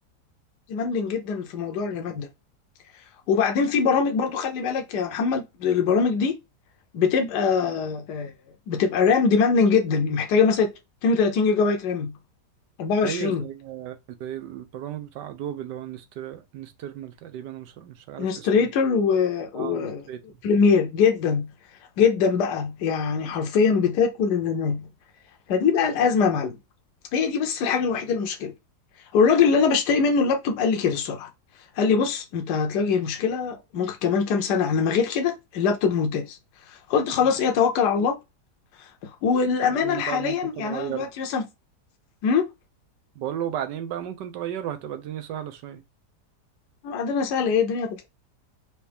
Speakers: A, on the left (about 75°); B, on the right (about 80°).
A: ديماندنج جدا في موضوع الرامات ده وبعدين في برامج برضو خلي بالك يا محمد البرامج دي بتبقى آه، بتبقى رام ديماندنج جدا محتاجه مثلا 32 جيجا بايت رام 24
B: ايوه زي زي البرامج بتاع ادوب اللي هو نستر... نسترمل تقريبا أنا مش مش عارف
A: انستريتور
B: اسمه
A: و... و...
B: اه نستريتور
A: بريمير جدا جدا بقى يعني حرفيا بتاكل الرامات فدي بقى الازمه يا معلم هي دي بس الحاجه الوحيده المشكله والراجل اللي انا بشتري منه اللابتوب قال لي كده الصراحه قال لي بص انت هتواجه مشكله ممكن كمان كام سنه على ما غير كده اللابتوب ممتاز قلت خلاص
B: اه
A: ايه توكل على الله والامانه
B: بعدين
A: حاليا
B: بقى ممكن تغيره
A: يعني انا دلوقتي مثلا في- مم؟
B: بقول له بعدين بقى ممكن تغيره هتبقى الدنيا سهلة شوية
A: بعدين سهل ايه الدنيا